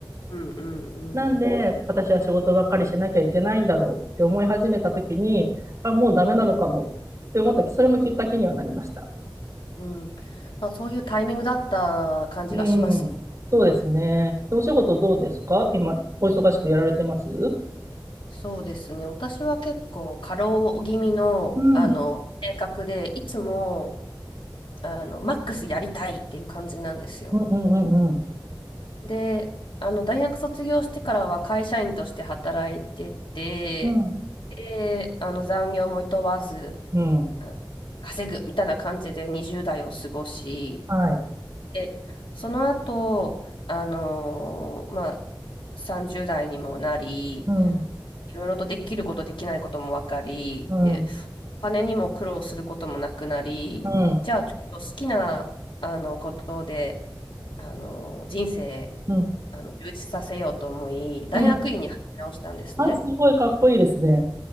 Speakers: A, on the left; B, on the right.
A: うん、うん、うん。
B: なんで、私は仕事ばっかりしなきゃいけないんだろうって思い始めたときに、あ、もうダメなのかもって思ったき、それもきっかけにはなりました。
A: うん、うんまあ、そういうタイミングだった感じがしますね。
B: うん。そうですね。でお仕事どうですか今、お忙しくやられてます
A: そうですね。私は結構過労気味の、
B: うん。
A: あの性格で、いつもあのマックスやりたいっていう感じなんですよ。
B: うんうんうん
A: で、あの大学卒業してからは会社員として働いてて、
B: うん。
A: で、あの残業も厭わず
B: うん。うん。
A: あ稼ぐみたいな感じで20代を過ごし、
B: はい。
A: で、その後、あのーまあ、30代にもなり、
B: うん。
A: いろいろとできること、できないことも分かり、
B: うん。
A: で、お金にも苦労することもなくなり、
B: うん。
A: じゃあちょっと好きな、あの、ことで、あの、人生、
B: うん。
A: あの、充実させようと思い、大学院に入り直したんですね。
B: うん。あ、すごいかっこいいですね。